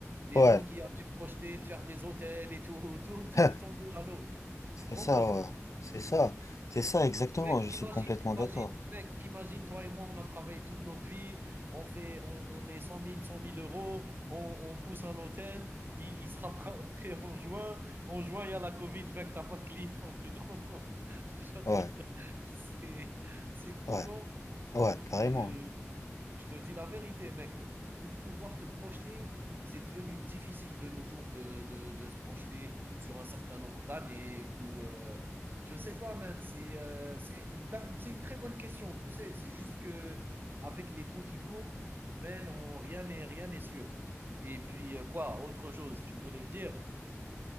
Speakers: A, on the right (about 40°); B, on the left (about 85°).
A: les
B: Ouais,
A: gens qui avaient projeté de faire des hôtels et tout, <laughs> tout, tout
B: <laughs>
A: est tombé à l'eau.
B: c'est
A: Tu te rends
B: ça,
A: compte?
B: ouais. C'est ça. C'est ça, exactement.
A: Mec,
B: Je suis
A: imagine,
B: complètement
A: imagine,
B: d'accord.
A: mec, imagine, toi et moi, on a travaillé toute notre vie, on fait, on, on met cent mille, cent mille euros, on, on pousse un hôtel, il, il sera pr- <laughs> prêt, en juin. En juin, il y a la Covid, mec, t'as pas de clients, <laughs> tu te rends compte. <laughs> Genre,
B: Ouais,
A: <laughs> c'est, c'est fou,
B: ouais,
A: non?
B: ouais,
A: Donc,
B: carrément.
A: euh, je te dis la vérité, mec, pour, pour pouvoir te projeter, c'est devenu difficile de nos jours de, de, de se projeter sur un certain nombre d'années ou euh, je sais pas, man. C'est euh, c'est c'est une très bonne question, tu sais. C'est juste que avec les temps qui courent, man, on- rien n'est rien n'est sûr. Et puis euh, quoi, autre chose, tu voulais me dire?